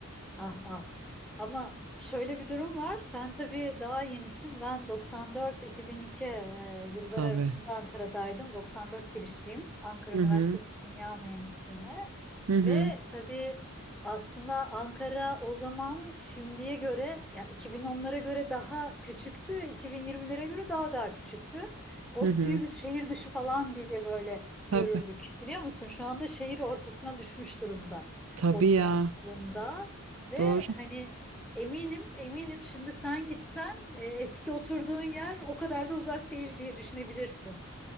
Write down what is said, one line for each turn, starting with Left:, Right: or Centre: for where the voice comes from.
Centre: Ah ah. Ama şöyle bir durum var. Sen tabii daha yenisin. Ben 94-2002 e, yılları
Right: Tabii.
Centre: arasında Ankara'daydım. 94 girişliyim. Ankara
Right: Hı
Centre: Üniversitesi
Right: hı.
Centre: Kimya Mühendisliğine.
Right: Hı
Centre: Ve
Right: hı.
Centre: tabii aslında Ankara o zaman şimdiye göre ya iki bin onlara göre daha küçüktü. iki bin yirmilere göre daha daha küçüktü. ODTÜ'yü
Right: Hı hı.
Centre: biz şehir dışı falan diye böyle görürdük.
Right: Tabii.
Centre: Biliyor musun? Şu anda şehir ortasına düşmüş durumda
Right: Tabii
Centre: ODTÜ
Right: ya.
Centre: aslında. Ve
Right: Doğru.
Centre: hani eminim eminim şimdi sen gitsen e, eski oturduğun yer o kadar da uzak değil diye düşünebilirsin.